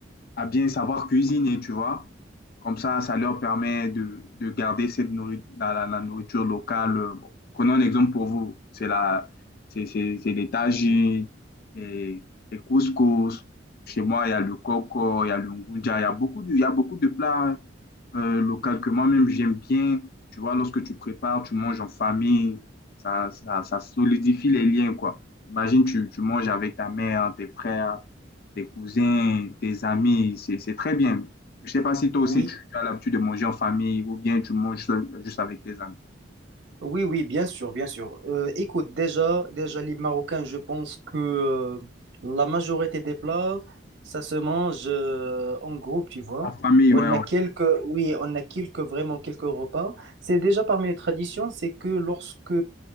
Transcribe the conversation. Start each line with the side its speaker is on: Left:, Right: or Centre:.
Left: à bien savoir cuisiner, tu vois. Comme ça, ça leur permet de, de garder cette nourri- la, la- la nourriture locale. Euh, bon, prenons un exemple pour vous. C'est la, c'est, c'est, c'est les tagines, les, les couscous. Chez moi, il y a le coco, il y a le ngunja, il y a beaucoup de, il y a beaucoup de plats euh, locaux que moi-même j'aime bien. Tu vois, lorsque tu prépares, tu manges en famille, ça, ça, ça solidifie les liens, quoi. Imagine, tu, tu manges avec ta mère, tes frères tes cousins, tes amis, c'est c'est très bien. Je sais pas si toi
Right: Oui.
Left: aussi tu tu as l'habitude de manger en famille ou bien tu manges seul, juste avec tes amis.
Right: Oui, oui, bien sûr, bien sûr. Euh, écoute, déjà, déjà, les Marocains, je pense que euh, la majorité des plats, ça se mange euh, en groupe, tu vois.
Left: La famille,
Right: On
Left: ouais, on-
Right: a quelques, oui, on a quelques, vraiment quelques repas. C'est déjà parmi les traditions, c'est que lorsque,